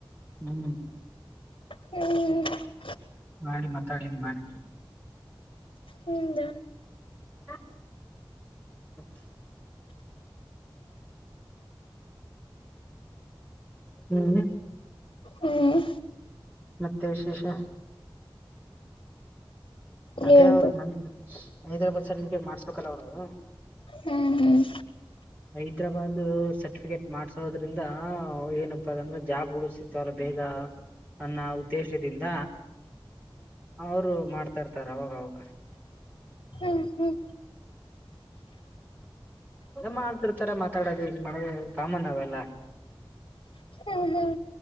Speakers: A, on the right; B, on the left.
A: ಹುಂ
B: ಹುಂ
A: ಮಾಡಿ ಮಾತಾಡಿನ ಮಾಡಿ
B: ಹ್ಮದ
A: <unintelligible> ಹುಂ
B: ಹ್ಮ್
A: ಮತ್ತೆ ವಿಶೇಷಾ ಅದೇ
B: ಹೇಳ್ಬೇಕು
A: ಅವ್ರು ಮನೆ ಹೈದರಾಬಾದ್ ಸರ್ಟಿಫಿಕೇಟ್ ಮಾಡ್ಸ್ಬೇಕಲ್ಲ ಅವ್ರದು
B: ಹ್ಮ್
A: ಹೈದ್ರಾಬಾದ್ ಸರ್ಟಿಫಿಕೇಟ್ ಮಾಡ್ಸೋದ್ರಿಂದ ಏನಪ್ಪ ಅದಂದ್ರೆ ಜಾಬ್ ಗಳು ಸಿತವಲ್ಲಾ ಬೇಗಾ ಅನ್ನ್ ಉದ್ದೇಶದಿಂದ ಅವರು ಮಾಡ್ತಾ ಇರ್ತಾರ ಅವಾಗ ಅವಾಗ
B: ಹುಂ ಹುಂ
A: ಮಾಡತಿರ್ತಾರ ಮಾತಾಡೋದು ಇ ಮಾಡ ಕಾಮನ್ ಅವೆಲ್ಲಾ
B: ಹುಂ ಹುಂ